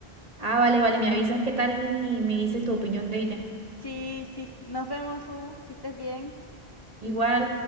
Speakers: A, on the right; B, on the left.
A: Ah, vale, vale, me avisas qué tal y me dices tu opinión de ella.
B: Sí, sí, nos vemos, U que estés bien.
A: Igual.